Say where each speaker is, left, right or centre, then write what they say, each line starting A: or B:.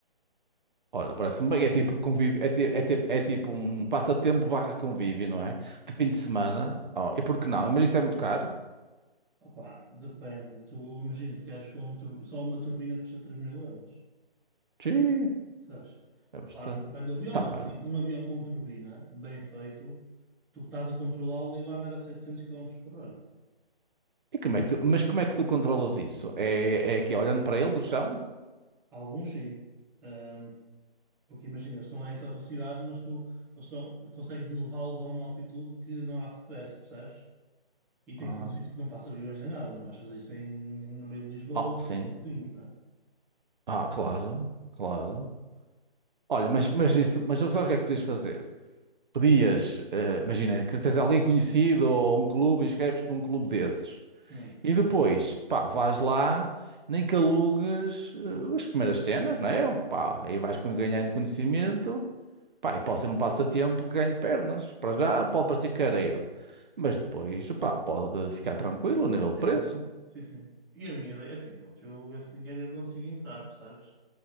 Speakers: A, on the right; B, in the centre.
A: Olha, parece-me bem, é tipo convívio, é, ti- é ti- é tipo um passatempo barra convívio, não é? De fim de semana, oh, e por que não?
B: É.
A: Mas isso é muito caro?
B: Opá, depende. Tu imagina, se queres com um tur- só uma turbina custa três mil euros.
A: Sim,
B: Sabes?
A: é bastante.
B: Claro que depende do avião,
A: Tá
B: mas
A: bem.
B: assim, um avião com turbina, bem feito, tu estás a controlá-lo e lá andar a 700 km por hora.
A: E como é que tu- mas como é que tu controlas isso? É, é aqui, olhando para ele do chão?
B: Alguns sim. Ahm, porque imagina, eles estão a essa velocidade, mas tu eles estão, consegues elevá-los a uma altitude que não há stress, percebes? E tem
A: Ah,
B: que ser um sítio que não passa aviões nem nada, não vais fazer isso em, no meio de Lisboa
A: oh,
B: ou
A: sim.
B: em Matosinhos, não é?
A: Ah, claro, claro. Olha, mas, mas isso, mas sabes o que é que podias fazer? pedias, eh, imagina, que tens alguém conhecido ou um clube, inscreves-te num clube desses.
B: Hum.
A: E depois, pá, vais lá, nem que alugues eh, as primeiras cenas, não é? Pá, aí vais com- ganhando conhecimento, pá, e pode ser um passatempo que ganhe pernas. Para já pode parecer careiro, mas depois, pá, pode ficar tranquilo a nível de preço.
B: Sim, sim, sim, sim. E a minha ideia é assim, pronto, eu esse dinheiro eu consigo entrar, percebes?